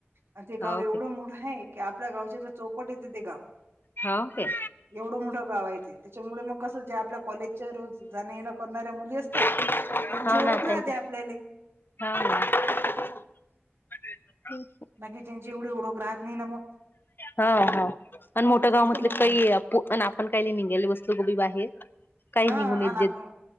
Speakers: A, on the right (about 70°); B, on the left (about 55°).
A: आणि ते
B: हा
A: गाव
B: ओके
A: एवढं मोठं आहे की आपल्या गावच्या चौपट येत ते गाव.
B: हाऊ काय?
A: एवढं मोठं गाव आहे, ते त्याच्यामुळे मग कसं, जे आपल्या कॉलेजच्या रोज जाण्या येण करणाऱ्या मुली असतात.
B: हा
A: त्यांची ओळख
B: ना त्यांच
A: राहते आपल्याले
B: हा ना <unintelligible> <unintelligible>
A: बाकीच्यांची एवढी ओळख राहत नाही ना मग.
B: हा हा आण
A: हम्म
B: मोठ गाव
A: एक
B: म्हटल
A: तर मोठा
B: की ताई
A: आहे
B: आपू आपण काही निंगेली बसतो की बाहेर. काही
A: हा
B: निघून येत
A: आन
B: देत
A: आपण